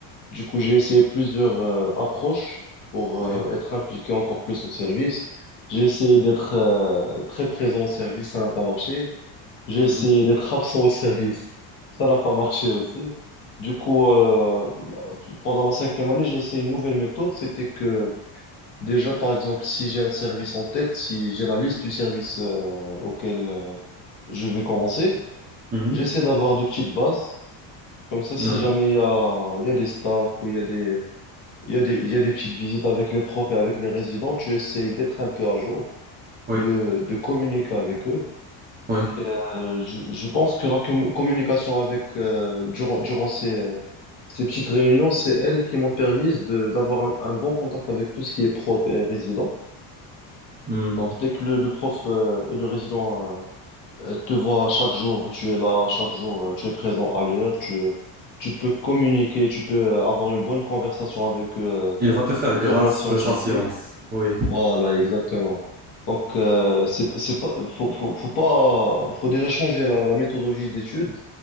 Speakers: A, on the left; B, on the right.
A: Du coup, j'ai essayé plusieurs euh, approches pour
B: Oui,
A: euh, être impliqué encore plus au service. J'ai essayé d'être euh, très présent au service, ça n'a pas marché. J'ai
B: Mhm.
A: essayé d'être absent au service, <laughs> ça n'a pas marché aussi. Du coup, euh, pendant ma cinquième année, j'ai essayé une nouvelle méthode, c'était que Déjà, par exemple, si j'ai un service en tête, si j'ai la liste du service euh, auquel euh, je vais commencer,
B: Mhm.
A: j'essaie d'avoir de petites bases. Comme ça, si
B: Oui,
A: jamais il y a, il y a des staffs ou il y a des, il y a des, il y a des petites visites avec les profs et avec les résidents, tu essaies d'être un peu à jour,
B: oui,
A: de, de communiquer avec eux.
B: oui.
A: Et, euh, je, je pense que la com- communication avec euh, durant, durant ces, euh, ces petites réunions, c'est elles qui m'ont permis de, d'avoir un, un bon contact avec tout ce qui est prof et résident.
B: Mhm.
A: Donc, dès que le, le prof euh, et le résident euh, euh, te voient chaque jour, tu es là, chaque jour, euh, tu es présent à l'heure, tu, euh, tu peux communiquer, tu peux euh, avoir une bonne conversation avec eux,
B: Il va te faire
A: euh,
B: grâce
A: purement scientifique.
B: de sa science. Oui.
A: Voilà, exactement. Donc, euh, c'est, c'est pas, faut, faut, faut pas, faut déjà changer la, la méthodologie d'étude.